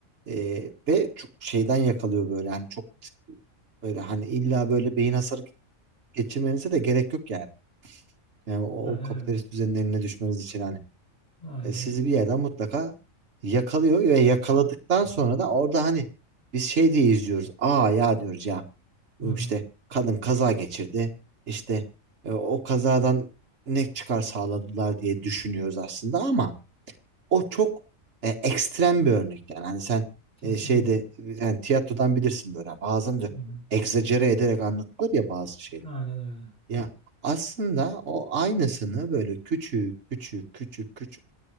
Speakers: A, on the right; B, in the centre.
A: e, ve çok şeyden yakalıyor böyle hani çok böyle hani illa böyle beyin hasarı geçirmenize de gerek yok yani. Yani o,
B: Aynen
A: o kapitalist
B: öyle.
A: düzenin eline düşmeniz için hani
B: Aynen
A: e, sizi
B: öyle.
A: bir yerden mutlaka yakalıyor ve yakaladıktan sonra da orada hani biz şey diye izliyoruz. Aa ya diyoruz ya
B: Hı hı.
A: işte kadın kaza geçirdi işte e, o kazadan ne çıkar sağladılar diye düşünüyoruz aslında ama o çok e, ekstrem bir örnek yani hani sen
B: Kesinlikle.
A: e, şeyde yani tiyatrodan bilirsin böyle Yani bazen de
B: Hı hı.
A: egzajere ederek anlatılır ya bazı şeyler.
B: Aynen öyle.
A: Ya aslında o aynısını böyle küçük küçük küçük küçük